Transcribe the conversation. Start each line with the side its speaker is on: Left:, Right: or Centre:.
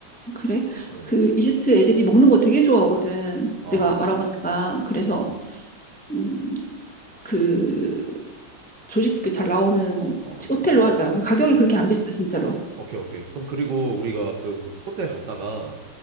Centre: 그래
Right: 응.
Centre: 그 이집트 애들이 먹는 거 되게 좋아하거든
Right: 어,
Centre: 내가 알아보니까 그래서
Right: 어,
Centre: 음, 그 조식뷔페 잘 나오는 호-
Right: 어,
Centre: 호텔로 하자. 그리고 가격이
Right: 어.
Centre: 그렇게 안 비싸, 진짜로.
Right: 오케이, 오케이. 그럼 그리고 우리가 그 호텔 갔다가